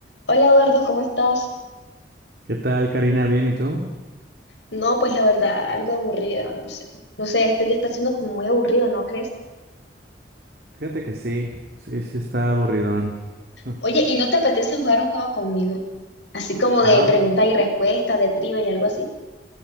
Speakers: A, on the left; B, on the right.
A: Hola Eduardo, ¿cómo estás?
B: ¿Qué tal, Karina? ¿Bien y tú?
A: No, pues la verdad, algo aburrida. O sea, no sé, este día está siendo como muy aburrido, ¿no crees?
B: Fíjate que sí, sí, sí está aburridón. <laughs>
A: Oye, ¿y no te apetece jugar un juego conmigo? Así como
B: Ah,
A: de pregunta
B: ok,
A: y respuesta, de trivia y algo así.